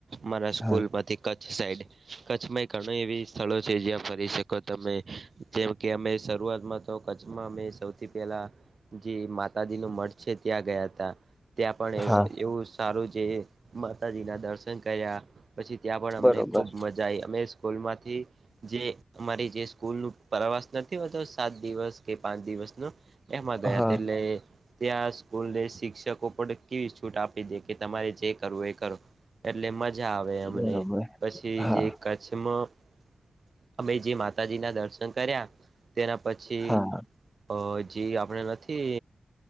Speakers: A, on the right; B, in the centre.
A: મારા સ્કૂલ
B: હા
A: માંથી કચ્છ સાઈડ. કચ્છમાં એ ઘણા એવી સ્થળો છે જ્યાં ફરી શકો તમે જેમ કે અમે શરૂઆતમાં તો્છ. અમે સૌથી પહેલા. જે માતાજી ન મઠ છે ત્યાં ગયા હતા ત્યાં પણ
B: હા
A: એવું. સારું છે માતાજીના દર્શન કર્યા પછી ત્યાં પણ અમને
B: બરોબર
A: ખૂબ મજા. જાય અમે સ્કૂલ માંથી. જે અમારી જે સ્કૂલ નું પ્રવાસ નથી હોતો સાત દિવસ. કે પાંચ દિવસનું એમાં થયા
B: હા
A: એટલે. ત્યાં સ્કૂલને શિક્ષકો પણ કેવી છૂટ આપી દે કે તમારે જે કરવું એ કરો. એટલે મજા આવે અમને
B: બરોબર
A: પછી
B: હા
A: જે કચ્છમાં. અમે જે માતાજી ના દર્શન કર્યા તેના પછી
B: હા
A: અજી આપણેે નથી